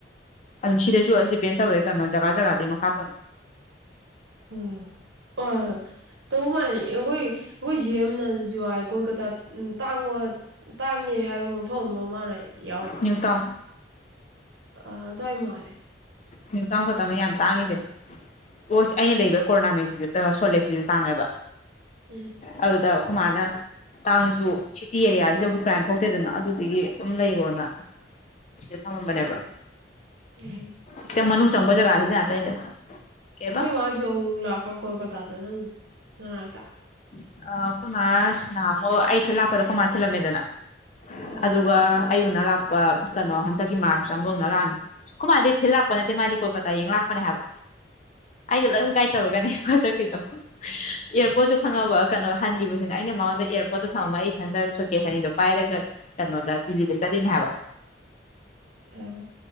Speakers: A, on the left; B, on the right.
A: ꯑꯗꯨꯝ ꯁꯤꯗꯁꯨ ꯑꯗꯨꯝ ꯗꯤꯄꯦꯟ ꯇꯧꯔꯦ ꯀꯩꯅꯣ ꯖꯒꯥ ꯖꯒꯥꯗꯨꯒꯤ ꯃꯈꯥ ꯄꯣꯜꯂꯦ
B: ꯎꯝ ꯑ ꯇꯧꯕ ꯃꯥꯜꯂꯦ ꯑꯩꯈꯣꯏ ꯑꯩꯈꯣꯏ ꯆꯦ ꯑꯃꯅꯁꯨ ꯍꯥꯏ ꯀꯣꯜꯀꯇꯥ ꯎ ꯇꯥꯡꯉꯣ ꯇꯥꯡꯉꯦ ꯍꯥꯏꯕ ꯃꯐꯝ ꯑꯃ ꯃꯥꯂꯦ ꯌꯥꯎꯈ꯭ꯔꯦ
A: ꯅ꯭ꯌꯨ ꯇꯥꯎꯟ
B: ꯑꯗꯨꯋꯥꯏ ꯃꯥꯜꯂꯦ
A: ꯅꯤꯎ ꯇꯥꯎꯟ ꯈꯛꯇꯅꯦ ꯌꯥꯝ ꯇꯥꯡꯉꯤꯁꯦ ꯄꯣꯠ ꯁꯤ ꯑꯩꯅ ꯂꯩꯕ ꯀꯣꯔꯣꯅꯥꯃꯩꯁꯤ ꯁꯣꯂꯦꯛꯁꯤꯁꯨ ꯇꯥꯡꯉꯦꯕ
B: ꯎꯝ
A: ꯑꯗꯨꯗ ꯈꯨ ꯃꯥꯥꯏꯅ ꯇꯥꯡꯅꯁꯨ ꯁꯤꯇꯤ ꯑꯦꯔꯤꯌꯥꯁꯤꯗꯗꯤ ꯀ꯭ꯔꯥꯏꯝ ꯊꯣꯛꯇꯦꯗꯅ ꯑꯗꯨꯗꯒꯤ ꯑꯗꯨꯝ ꯂꯩꯔꯣꯅ ꯁꯤꯗ ꯊꯝꯃꯝꯕꯅꯦꯕ
B: ꯎꯝ
A: ꯈꯤꯇꯪ ꯃꯅꯨꯡ ꯆꯪꯕ ꯖꯒꯥꯁꯤꯗ ꯉꯥꯛꯇꯅꯤꯗ ꯀꯩꯕ
B: ꯅꯣꯏ ꯃꯥ ꯍꯣꯏꯖꯨ ꯑꯃꯨꯛ ꯃꯨꯛ ꯂꯥꯛꯄꯔ꯭ ꯀꯣꯜꯀꯇꯥꯗ ꯅꯪ ꯅꯥꯅꯥꯛꯇ
A: ꯑ ꯑꯩꯈꯣꯏꯃꯥ ꯅꯥꯍꯟꯃꯨꯛ ꯑꯩ ꯊꯤꯟ ꯂꯥꯛꯄꯗ ꯀꯣꯏꯃꯥ ꯊꯤꯜꯂꯝꯃꯦꯗꯅ
B: ꯑ
A: ꯑꯗꯨꯒ ꯑꯩ ꯎꯅ ꯂꯥꯛꯄ ꯀꯩꯅꯣ ꯍꯟꯗꯛꯀꯤ ꯃꯥꯔꯆꯇ ꯑꯃꯒ ꯎꯅ ꯂꯥꯛꯑꯝꯃꯤ ꯑꯩꯈꯣꯃꯥꯗꯤ ꯊꯤꯜ ꯂꯥꯛꯄ ꯅꯠꯇꯦ ꯃꯥꯏꯗꯣ ꯀꯣꯜꯀꯇꯥ ꯌꯦꯡ ꯂꯥꯛꯄꯅꯦ ꯍꯥꯏꯕ ꯑꯩꯅ ꯂꯣꯏ ꯒꯥꯏꯠ ꯇꯧꯔꯒꯅꯦ ꯆꯠꯈꯔ꯭ꯤꯗꯣ ꯏꯔꯄꯣꯠꯁꯨ ꯈꯪꯉꯕ ꯀꯩꯅꯣ ꯍꯟꯈꯤꯕꯁꯤꯅ ꯑꯩꯅ ꯃꯉꯣꯟꯗ ꯑꯦꯌꯥꯔꯄꯣꯔꯠꯇ ꯊꯝꯃ ꯑꯩ ꯏꯊꯟꯗ ꯁꯣꯀꯦꯁ ꯑꯅꯤꯗꯣ ꯄꯥꯏꯔꯒ ꯀꯩꯅꯣꯗ ꯀꯤ ꯖꯤꯗ ꯆꯠꯂꯤꯅꯦ ꯍꯥꯏꯕ
B: ꯎꯝ